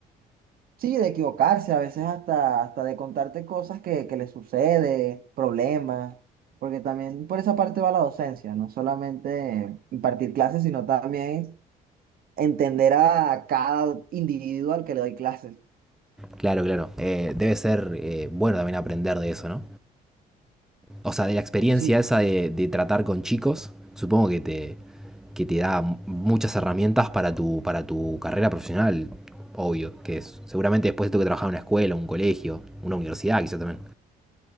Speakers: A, on the right (about 60°); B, in the centre.
A: Sí, de equivocarse, a veces hasta, hasta de contarte cosas que, que les sucede, problemas, porque también por esa parte va la docencia, no solamente impartir clases, sino también entender a cada individuo al que le doy clases.
B: Claro, claro. Eh, debe ser eh, bueno también aprender de eso, ¿no? O sea, de la experiencia
A: Sí,
B: esa de, de tratar con chicos, supongo que te, que te da muchas herramientas para tu, para tu carrera profesional, obvio, que es, seguramente después tengo que trabajar en una escuela, un colegio, una universidad quizá también.